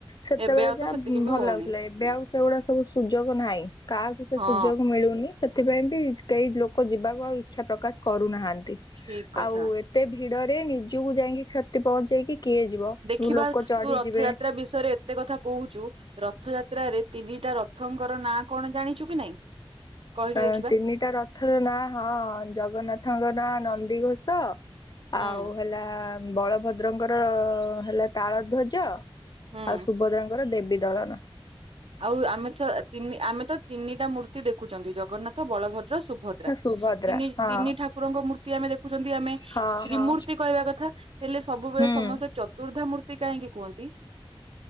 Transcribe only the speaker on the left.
ସେତେବେଳେ
ଯାହା
ଭଲ
ଲାଗୁଥିଲା ଏବେ ଆଉ ସେଗୁଡା ସବୁ ସୁଯୋଗ ନାହିଁ କାହାକୁ ସେ
ସୁଯୋଗ ମିଳୁନି। ସେଥିପାଇଁ ବି କେହି ଲୋକ ଯିବାକୁ ଆଉ ଇଚ୍ଛା ପ୍ରକାଶ୍ କରୁନାହାନ୍ତି
ଆଉ ଏ ତେ ଭିଡରେ ନିଜୁକୁ ଯାଇଁକି କ୍ଷତି ପହଞ୍ଚେଇକି କିଏ ଯିବ?
ଲୋକ
ଚଢିଯିବେ
ଅଁତିନିଟା
ରଥର ନାଁ, ହଁ ଜଗନ୍ନାଥଙ୍କ ନାଁ ନନ୍ଦିଘୋଷ।
ଆଉ ହେଲା ବଳଭଦ୍ରଙ୍କର ହେଲା ତାଳ ଧ୍ୱଜ। ଆଉ
ସୁଭଦ୍ରାଙ୍କର ଦେବୀଦଳନ।
ନା ସୁଭଦ୍ରା
ହଁ
ହଁ ହଁ
ହୁଁ